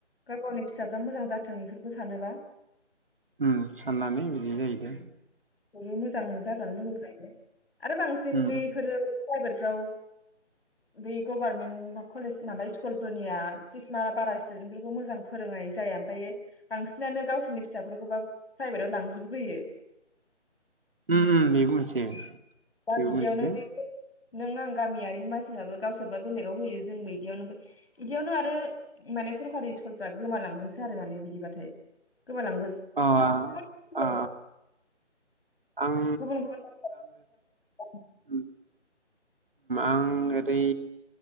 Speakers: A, on the left; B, on the right.
A: गाव गावनि फिसाफ्रा मोजां जाथों बेफोरखौ सानोबा
B: ओम साननानै बिदि जाहैदों
A: बयबो मोजां जाजानो लुगैखायो। आरो बांसिन
B: उम
A: बेफोरो प्राइभेट बेफ्राव बै गभारनमेन्ट कलेज माबा स्कुलफोरनिया टिचमारा बारा स्टुदेन्त फोरखौ मोजां फोरोंनाय जाया ओमफायो बांसिनानो गावसोरनि फिसाफोरखौबा प्राइभेटाव लांज्रोबग्रोयो।
B: उम उम बेबो मोनसे
A: दा
B: बेबो
A: बिदियावनो
B: मोनसे
A: बैफोर नों आं गामियारिनि मानसिफ्राबो गावसोरबा बेलेगाव होयो जोंबो इदियावनो इदियावनो आरो माने सरकारि स्कुलफ्रा गोमालांगोनसो आरो माने बिदिबाथाय गोमा लांगोन
B: अ अ आं
A: गुबुन गुबुन <unintelligible>
B: उम आं ओरै